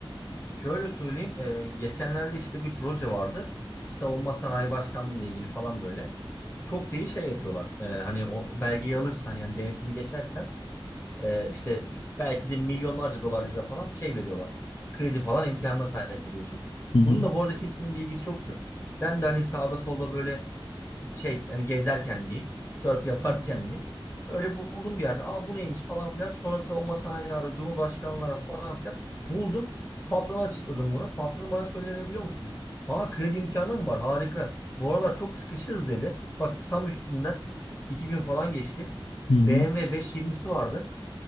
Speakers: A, on the left; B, on the left.
A: Şöyle söyleyeyim. e, geçenlerde işte bir proje vardı. Savunma Sanayi Başkanlığı ile ilgili falan böyle. Çok da iyi şey yapıyorlar. E, hani o belgeyi alırsan yani denetimi geçersen Ee, işte belki de milyonlarca dolar lira falan şey veriyorlar. Kredi falan imkanına sahip oluyorsun.
B: Hı hı.
A: Bunun da bu arada kimsenin bilgisi yoktu. Ben de hani sağda solda böyle şey hani gezerken diyeyim, sörf yaparken diyeyim. Öyle buldum bir yerde. Aa bu neymiş falan filan. Sonrası olmasa aynı ara Cumhurbaşkanlığı falan filan. Buldum. Patrona açıkladım bunu. Patronum bana söylenebiliyor musun? Aa kredi imkanı mı var? Harika. Bu aralar çok sıkışığız dedi. Bak tam üstünden iki gün falan geçti.
B: Hı hı.
A: BMW 520'si vardı.